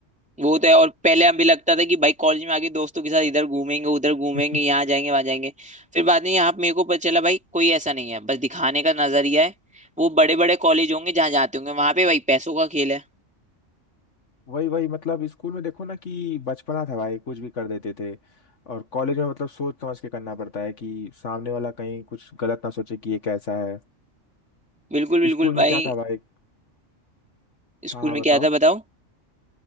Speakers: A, in the centre; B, on the left.
A: वो तो है और पहले हमें लगता था कि भाई कॉलेज में आके दोस्तों के साथ इधर घूमेंगे उधर घूमेंगे
B: <laughs>
A: यहाँ जाएंगे वहां जाएंगे फिर बाद में यहाँ मेरे को पता चला भाई कोई ऐसा नहीं है बस दिखाने का नजरिया है वो बड़े बड़े कॉलेज होंगे जहाँ जाते होंगे वहां पे भाई पैसों का खेल है
B: वही वही मतलब स्कूल में देखो ना कि बचपना था भाई कुछ भी कर देते थे और कॉलेज में मतलब सोच समझ के करना पड़ता है कि सामने वाला कहीं कुछ गलत ना सोचे कि ये कैसा है
A: बिल्कुल बिल्कुल
B: स्कूल
A: भाई
B: में क्या था भाई
A: स्कूल
B: हाँ हाँ,
A: में
B: बताओ
A: क्या था बताओ